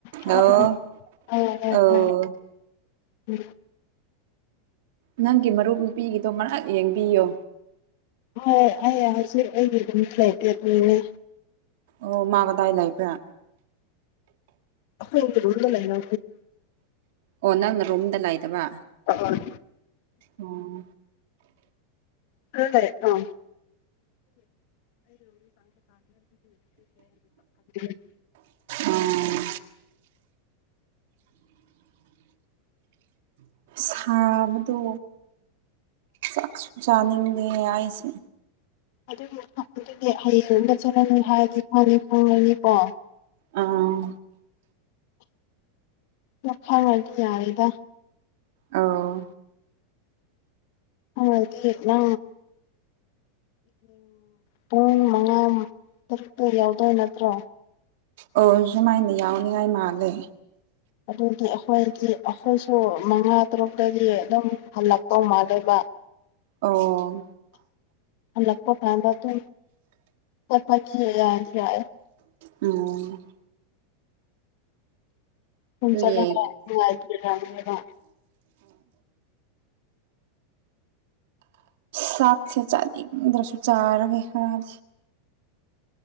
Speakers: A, on the left (about 60°); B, on the right (about 65°).
A: ꯇꯥꯕ꯭ꯔꯥ
B: ꯑꯣꯥꯎ
A: ꯍꯣꯏ ꯍꯣꯏ
B: ꯑꯣ
A: ꯍꯣꯏ ꯎꯝ
B: ꯅꯪꯒꯤ ꯃꯔꯨꯞ ꯅꯨꯄꯤꯒꯤꯗꯣ ꯉꯛ ꯌꯦꯡꯕꯤꯌꯣ
A: ꯍꯣꯏ ꯍꯣꯏ ꯑꯩ ꯍꯧꯖꯤꯛ ꯑꯩꯒꯤ ꯑꯗꯨꯝ ꯐ꯭ꯂꯦꯠꯇꯦꯠ ꯑꯣꯏꯔꯦ
B: ꯑꯣ ꯃꯥꯒꯗꯥꯏ ꯂꯥꯏꯕ꯭ꯔꯥ
A: ꯑꯈ ꯂꯗ ꯂꯩꯟꯅ
B: ꯑꯣ ꯅꯪꯅ ꯔꯨꯝꯗ ꯂꯥꯏꯗꯕ
A: ꯑ
B: ꯑꯣꯝ
A: ꯍꯗꯔꯦ ꯑꯥ <inaudible>
B: ꯎꯝ ꯁꯥꯕꯗ ꯥꯛ ꯁ ꯆꯥꯅꯤꯡꯗꯦ ꯍꯥꯏꯁꯦ
A: ꯑꯗꯨ ꯑꯗꯨꯗꯤ ꯍꯌꯦꯡ ꯔꯣꯝꯗ ꯆꯠꯂꯅꯤ ꯍꯥꯏꯔꯗꯤ ꯈꯔꯤ ꯄꯨꯔꯅꯤꯀꯣ
B: ꯑꯥ
A: ꯋꯥꯈꯥꯡꯉꯗꯤ ꯌꯥꯔꯤꯦꯗ
B: ꯑꯥꯎ
A: ꯑꯗꯤ ꯂ ꯄꯨꯡ ꯃꯉꯥ ꯇꯔꯨꯛꯇ ꯌꯥꯎꯗꯣꯏ ꯅꯠꯇ꯭ꯔꯣ
B: ꯑꯣ ꯁꯨꯃꯥꯏꯅ ꯌꯥꯎꯅꯤꯡꯉꯥꯏ ꯃꯥꯜꯂꯦ
A: ꯑꯗꯨꯗꯤ ꯑꯩꯈꯣꯏꯗꯤ ꯑꯩꯈꯣꯏꯁꯨ ꯃꯉꯥ ꯇꯔꯨꯛꯇꯗꯤ ꯑꯗꯨꯝ ꯍꯜꯂꯛꯄꯧ ꯃꯥꯜꯂꯦꯕ
B: ꯑꯣ
A: ꯂꯛꯄꯣ ꯐꯥꯗ ꯑꯗꯨ ꯀꯄꯥꯀꯤ ꯍꯥꯏ ꯌꯥꯁꯤ ꯌꯥꯏ
B: ꯎꯝ
A: ꯁꯨꯝ ꯆꯠꯂꯒ
B: ꯏꯌꯦ
A: ꯅꯨꯡꯉꯥꯏꯕꯤꯔꯝꯅꯦꯕ
B: ꯁꯥꯠꯁꯦ ꯆꯂꯤ ꯄꯗ꯭ꯔꯁꯨ ꯆꯥꯒ ꯈꯔ